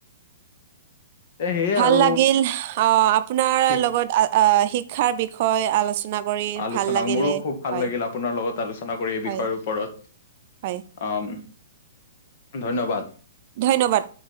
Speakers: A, on the left (about 50°); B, on the right (about 50°).
A: এ সেয়ে
B: ভাল
A: আৰু
B: লাগিল আহ, আপোনাৰ
A: ঠিক
B: লগত আহ, শিক্ষাৰ বিষয়ে আলোচনা কৰি
A: আলোচনা,
B: ভাল লাগিলে
A: মোৰো খুব ভাল
B: হয়
A: লাগিল আপোনাৰ লগত আলোচনা কৰি এই
B: হয়
A: বিষয়ৰ ওপৰত।
B: হয়
A: অম, ধন্যবাদ।
B: ধন্যবাদ।